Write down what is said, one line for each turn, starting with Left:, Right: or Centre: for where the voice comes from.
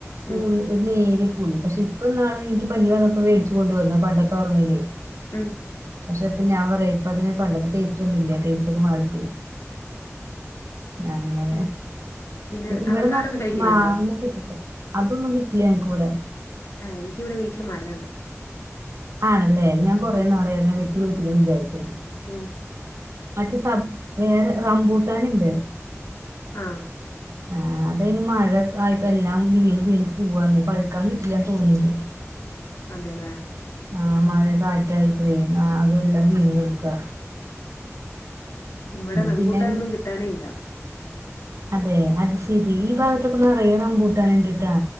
Right: പൂളി
Left: ഉം
Right: ഒരു നേരിയ പുളി പക്ഷെ ഇപ്പ ഇന്നാള് ഇനിക്ക് പനി വന്നപ്പോ വേടിച്ച് കൊണ്ടു വന്നു പണ്ടത്തെ ഓർമയിലെ
Left: ഉം
Right: പക്ഷെ ഇപ്പൊ ഞാൻ പറയാ ഇപ്പ അതിന് പണ്ടത്തെ ടേസ്റ്റ് ഒന്നുല്ലാ ടേസ്റ്റ് ഒക്കെ മാറിപ്പോയി അങ്ങനെ
Left: ഉം പിന്നെ
Right: പി ഇവിടെ
Left: അവക്കാടൊക്കെ
Right: നറച്ചും
Left: കഴിക്കലുണ്ടോ
Right: മാങ്ങയൊക്കെ കിട്ടൂട്ടാ അതൊന്നും കിട്ടില്ലാ ഞങ്ങക്ക് ഇവടെ
Left: ഏഹ് എനിക്ക് ഇവിടെ വീട്ടില് മരണ്ട്
Right: ആണല്ലേ ഞാൻ കൊറെ
Left: ഉം
Right: നാളായി ഒരെണ്ണം വെച്ച് പിടിപ്പിക്കണന്ന് വിചാരിക്കുന്നു
Left: ഉം
Right: മറ്റേ സബ് വേറെ റംബൂട്ടാന്ണ്ട്
Left: ആഹ്
Right: ആഹ് അതയിന് മഴക് ആയപ്പ എല്ലാം വീണ് വീണു പൂവാന്നെ പഴുക്കാൻ കിട്ടില്ലാന്ന് തോന്ന്ണ്ട്
Left: അതെല്ലേ
Right: ആഹ് മഴേം കാറ്റായപ്പഴെ ആഹ് അതെല്ലാം വീണ് കെടക്കാ
Left: ഇവടെ റംബൂട്ടാനൊന്നും
Right: പിന്നെ
Left: കിട്ടാനേ ഇല്ല
Right: അതെ അത് ശെരി ഈ ഭാഗത്തൊക്കെ നെറയെ റംമ്പൂട്ടാന്ണ്ട്ട്ടാ